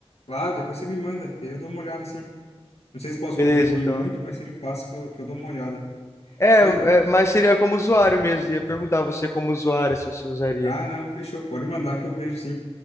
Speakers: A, on the left; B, on the left.
A: Claro, depois você me manda, que eu dou uma olhada, assim. Não sei se posso
B: Beleza,
A: contribuir
B: então.
A: muito, mas você me passa que eu, que eu dou uma olhada.
B: É,
A: Mas
B: é, mas seria como usuário mesmo. Ia perguntar a você como usuário se você usaria.
A: Ah, não, fechou. Pode mandar que eu vejo sim.